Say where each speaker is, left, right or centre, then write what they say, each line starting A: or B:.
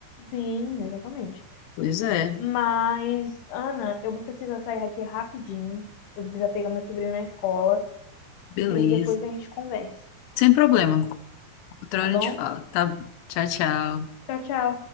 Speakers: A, on the left (about 65°); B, on the left (about 85°).
A: Sim, exatamente.
B: Pois é,
A: Mas, Ana, eu vou precisar sair aqui rapidinho. Eu vou precisar pegar meu sobrinho na escola
B: beleza.
A: e depois a gente conversa,
B: Sem problema. Outra
A: tá
B: hora
A: bom?
B: a gente fala, tá? Tchau, tchau.
A: Tchau, tchau.